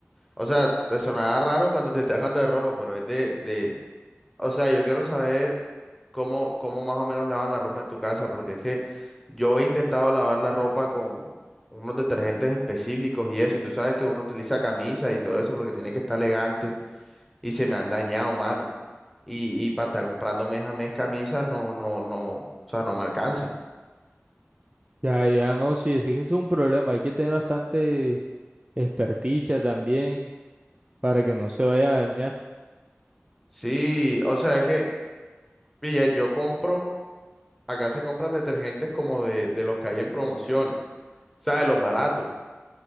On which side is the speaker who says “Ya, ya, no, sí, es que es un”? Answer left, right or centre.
Right